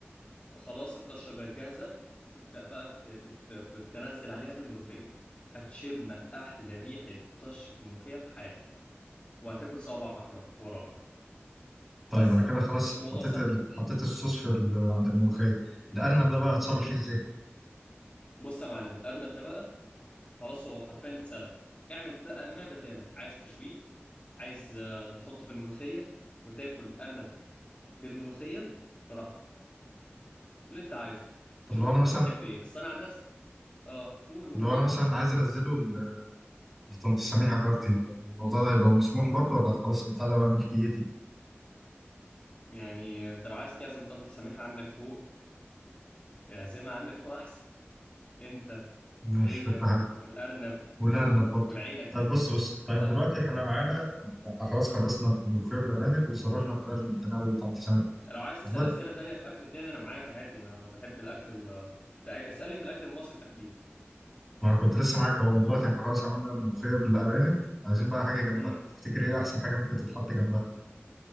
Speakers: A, on the left; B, in the centre.
A: خلاص الطشة بقت جاهزة تبدأ بقى تر- ت- ت- تنزل عليها الملوخية هتشم أحلى ريحة طشة ملوخية في حياتك وهتاكل صوابعك را- وراها
B: طيب
A: بس
B: انا
A: يعني
B: كده خلاص
A: الموضوع
B: حطيت
A: سهل
B: ال... حطيت الصوص في ال... عند الملوخيه الارنب ده بقى هتصرف
A: مم.
B: فيه ازاي
A: بص يا معلم الأرنب ده بقى خلاص هو حرفيا اتسلق اعمل بقى ما بدالك عايز تشويه عايز آه، تحطه في الملوخية وتاكل أرنب بالملوخية براحتك اللي أنت عايزه
B: طب
A: شوف
B: لو
A: أنت
B: انا مثلا
A: بتحب إيه بس أنا عن نفسي آه قول قول
B: لو
A: قول
B: انا
A: اتفضل
B: مثلا عايز انزله ل- لطنط سميح جارتي طب الموضوع ده هيبقى مسموح برضه ولا خلاص البتاع ده بقى ملكيتي
A: يعني انت لو عايز تعزم طنط سميحة عندك فوق اعزمها عندك فوق احسن انت
B: مش
A: وهي
B: فكرة حلوة
A: والارنب
B: والأرنب برضه
A: والعيلة كاري
B: طيب بص بص طيب
A: اه
B: دلوقتي احنا معانا
A: مم.
B: احنا خلاص خلصنا الملوخية والأرانب وصرفنا في الأرنب اديناها لطنط سميح
A: لو عايز تسأل
B: دلوقتي
A: اسئلة تانية في اكل تاني انا معاك عادي انا بحب الاكل ال... تع- اسألني في الاكل المصري تحديدا
B: ما انا كنت لسه معاك اهو دلوقتي احنا خلاص عملنا الملوخية بالأرانب عايزين بقى حاجة جنبها
A: امم
B: تفتكر ايه أحسن حاجة ممكن تتحط جنبها